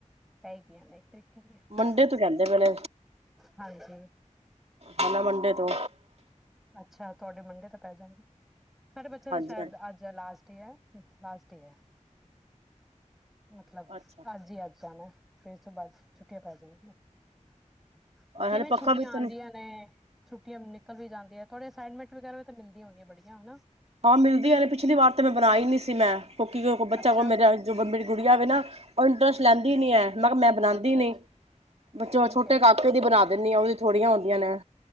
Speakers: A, in the centre; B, on the right.
A: ਪੈ ਗਈਆਂ ਨੇ ਇੱਕ ਤਰੀਕੇ ਦੀਆਂ।
B: ਮੰਡੇ ਤੋਂ ਕਹਿੰਦੇ ਪਏ ਨੇ
A: ਹਾਂਜੀ
B: ਹੈਗਾ ਮੰਡੇ ਤੋਂ।
A: ਅੱਛਾ ਤੁਹਾਡੇ ਮੰਡੇ ਤਾਂ ਪੈ ਜਾਂਣਗੇ। ਸਾਡੇ ਬੱਚੇ ਦਾ
B: ਹਾਂਜੀ
A: ਸ਼ਾਇਦ
B: ਹਾਂਜੀ
A: ਅੱਜ ਲਾਸਟ ਡੇ ਐ। ਲਾਸਟ ਈ ਐ। ਮਤਲਬ,
B: ਅੱਛਾ
A: ਅੱਜ ਹੀ ਅੱਜ ਜਾਣਾ ਫਿਰ ਇਸ ਤੋਂ ਬਾਅਦ ਛੁੱਟੀਆਂ ਪੈ ਜਾਣੀਆਂ। <unintelligible> ਕਿਵੇਂ
B: ਹਾਲੇ ਪੱਕਾ
A: ਛੁੱਟੀਆਂ
B: ਵੀ ਤਾਂ
A: ਆਦੀਆਂ
B: ਨਹੀਂ
A: ਨੇ। ਛੁੱਟੀਆ ਵੀ ਨਿਕਲ ਵੀ ਜਾਂਦੀਆ ਥੋੜ੍ਹੇ ਅਸਾਈਨਮੈਂਟ ਵਗੈਰਾ ਵੀ ਤਾਂ ਮਿਲਦੀਆਂ ਹੋਣੀਆ ਬੜੀਆਂ ਹਨਾ।
B: ਹਾਂ ਮਿਲਦੀਆ ਨੇ ਪਿਛਲੀ ਵਾਰ ਤੇ ਮੈਂ ਬਣਾਈ ਨਹੀਂ ਸੀ ਮੈਂ। <unintelligible> ਕੋ ਬੱਚਾ
A: ਅੱਛਾ
B: ਹੋ ਗਿਆ ਮੇਰਾ ਅੱਜ ਦੇ ਬਾਅਦ ਮੇਰੀ <unintelligible> ਵਧੀਆ ਵੇ ਨਾ ਉਹ ਇੰਟਰਸਟ
A: ਅੱਛਾ
B: ਲੈਂਦੀ ਨਹੀਂ ਐ, ਮੈਂ ਕਿਹਾ ਮੈਂ ਬਣਾਦੀ
A: ਅੱਛਾ
B: ਨਹੀ।
A: ਅੱਛਾ
B: <unintelligible>
A: ਠੀਕ
B: ਛੋਟੇ
A: ਹੈ
B: ਕਾਕੇ ਦੀ ਬਣਾ ਦਿੰਨੀ ਆ ਉਹ ਵੀ ਥੋੜੀਆਂ ਹੁੰਦੀਆਂ ਨੇ।